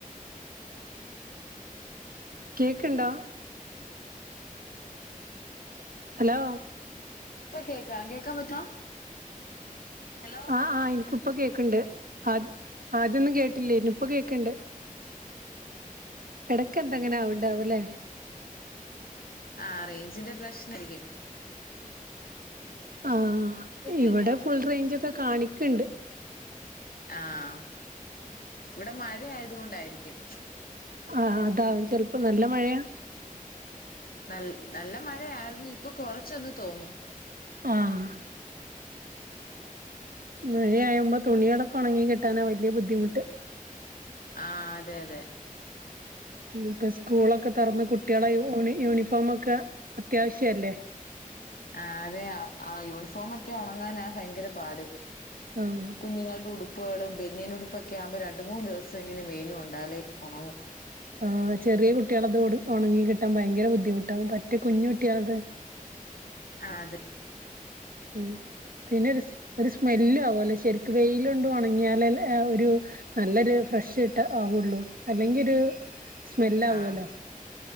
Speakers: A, on the right; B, on the left.
A: കേക്ക്ണ്ടോ ഹലോ
B: ഇപ്പ കേക്കാ കേക്കാൻ പറ്റോ ഹലോ
A: ആഹ് ആഹ് ഇൻക്ക് ഇപ്പൊ കേക്ക ണ്ട് ആദ് ആദ്യൊന്നും കേട്ടില്ലേനും ക് ഇപ്പ കേൾക്ക്ണ്ട് ഇടക്ക എന്തങ്ങനെ ആവുണ്ടാവുലേ
B: ആ റേഞ്ചിന്റെ പ്രശ്നായ്ക്കും
A: ആ ആഹ്
B: കഴിഞ്ഞോ
A: ഇവിടെ ഫുൾ റേഞ്ച് ഒക്കെ കാണിക്ക്ണ്ട്
B: ആഹ് ഇവിടെ മഴ ആയതോണ്ടായിരിക്കും
A: ആ ആ അതാവും ചിലപ്പോ നല്ല മഴയാ
B: നൽ നല്ല മഴയായിരുന്നു ഇപ്പൊ കൊറച്ചൊന്ന് തോന്നും
A: ആഹ് മഴയായുമ്പോ തുണികളൊക്കെ ഉണങ്ങി കിട്ടാനാ വല്യ ബുദ്ധിമുട്ട്
B: ആ അതെ അതെ
A: ഉം പ്പ സ്കൂളൊക്കെ തൊറന്ന് കുട്ട്യേളെ യൂണി യൂണിഫോമൊക്കെ അത്യാവശ്യല്ലേ
B: ആഹ് അതെ ആ യൂണിഫോമൊക്കെ ഉണങ്ങാനാ ഭയങ്കര പാട്
A: ആഹ്
B: കുഞ്ഞുങ്ങളുടെ ഉടു പ്പളും ബെന്നിയനുടുപ്പൊക്കെ ആവുമ്പോ രണ്ട് മൂന്ന് ദിവെസങ്കിലും വെയിലും കൊണ്ടാലേ ഒണങ്ങു
A: ആ ചെറിയ കുട്ടിയാണതോട് ഉണങ്ങികിട്ടാൻ ഭയങ്കര ബദ്ധിമു ട്ടാവും പറ്റെ കുഞ്ഞ് കുട്ടിയാത്
B: അ അതെ
A: ഉം പിന്നെ <unintelligible> ഒരു സ്മെല്ലാവുലേ ശരിക്ക് വെയിലൊണ്ട് ഉണങ്ങിയാലേ ലെ ആ ഒരു നല്ലൊരു ഫ്രഷ് കിട്ട ആവുള്ളൂ അല്ലെങ്കിൽ ഒരു സ്മെല്ലാവുല്ലോ
B: ആഹ